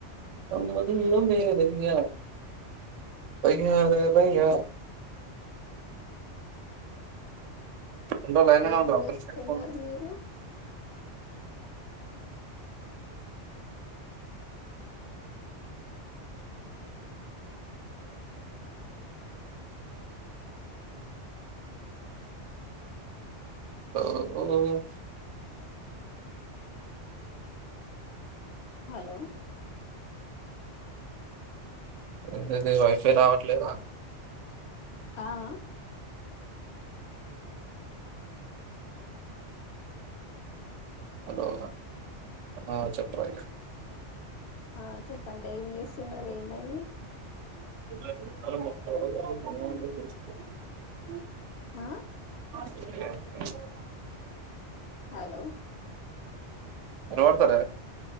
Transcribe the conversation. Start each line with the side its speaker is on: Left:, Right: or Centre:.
Right: సమ్మదులో మీరే యా భయం కాదు కదా ఇంగ ఉండవు లైన్
Left: ఏం
Right: లోనే ఉండవు ఒక్క
Left: చేస్తున్నారు
Right: నిమిషం పెట్టు.
Left: మీరు
Right: ఓ
Left: హలో
Right: అట్టయితే వాఫై రావట్లేద
Left: ఆ ఆ
Right: హలో ఆ చెప్పరా ఇంగ
Left: ఆ చెప్పండి ఏ ఏం చేస్తున్నారు ఏమైంది
Right: <unintelligible>
Left: ఆ
Right: ఏంది
Left: హలో
Right: వినవడతర